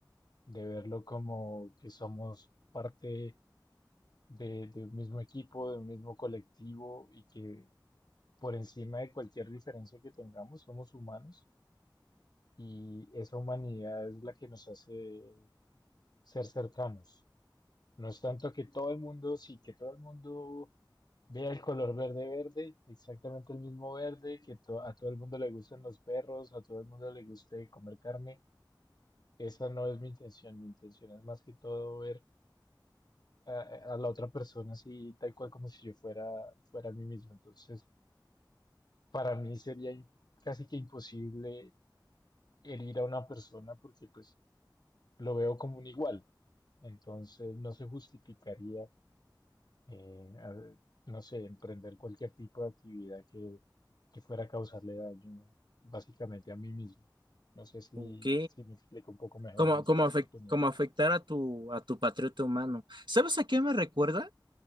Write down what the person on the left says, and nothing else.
de verlo como que somos parte de, de un mismo equipo, de un mismo colectivo y que por encima de cualquier diferencia que tengamos somos humanos y esa humanidad es la que nos hace ser cercanos. No es tanto que todo el mundo, sí, que todo el mundo vea el color verde verde, exactamente el mismo verde, que to- a todo el mundo le gusten los perros, a todo el mundo le guste comer carne. Esa no es mi intención, mi intención es más que todo ver a, a la otra persona así, tal cual como si yo fuera, fuera a mí mismo. Entonces, para mí sería im- casi que imposible herir a una persona porque pues lo veo como un igual. Entonces, no se justificaría eh, a- no sé, emprender cualquier tipo de actividad que, que fuera a causarle daño básicamente a mí mismo. No sé si,
si me explico un poco mejor
en esta
oportunidad.